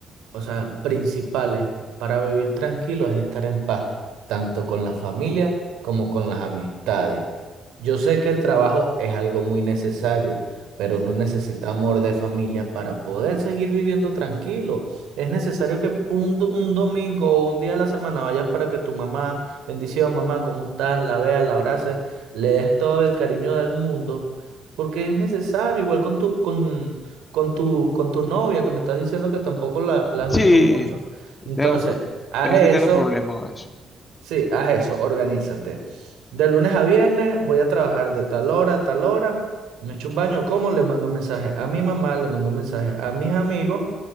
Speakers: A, on the right; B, on the left.
A: o sea, principales para vivir tranquilo es estar en paz, tanto con la familia como con las amistades. Yo sé que el trabajo es algo muy necesario, pero uno necesita amor de familia para poder seguir viviendo tranquilo. Es necesario que un, do- un domingo o un día de la semana vayas para que tu mamá, bendición mamá, ¿cómo estás? La veas, la abraces, le des todo el cariño del mundo porque es necesario, igual con tu, con, con tu, con tu novia, que me estás diciendo que tampoco la, la has
B: sí,
A: visto mucho. Entonces,
B: tengo, pro-
A: haz
B: tengo,
A: eso,
B: sí tengo problemas con eso.
A: sí, haz eso, organízate. De lunes a viernes voy a trabajar de tal hora a tal hora. Me echo un baño, como Le mando mensaje a mi mamá, le mando mensaje a mis amigos